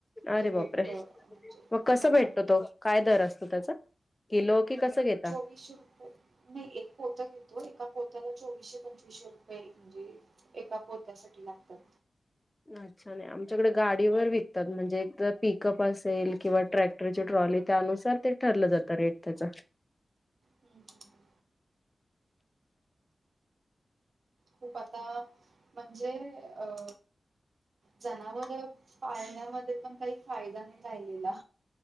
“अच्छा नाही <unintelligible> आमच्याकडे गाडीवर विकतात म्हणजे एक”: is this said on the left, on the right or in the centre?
Left